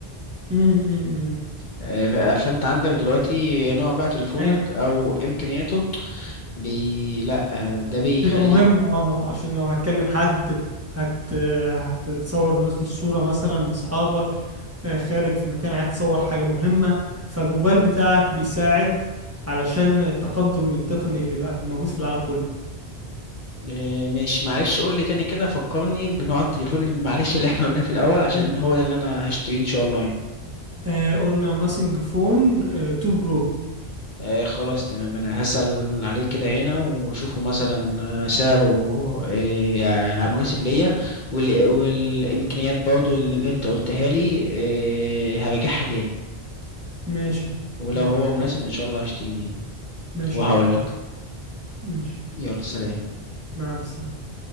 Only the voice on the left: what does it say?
آه، ف- فانت عندك دلوقتي نوع بقى تليفونك
او امكانياته بي... لا آه، ده بيخليك
آه، ماشي معلش قول لي تاني كده فكرني بنوع التليفون اللي معلش اللي احنا قلناه في الاول عشان
هو ده اللي انا هشتريه ان شاء الله يعني
آه خلاص تمام انا هسأل عليه كده هنا واشوفه مثلا آه، سعره آه يعني مناسب ليا وال... والامكانيات برضو اللي انت قلتها لي آه هراجعها تاني
ولو
هو مناسب ان شاء الله هشتريه يعني.
وهقول
لك
يلا سلام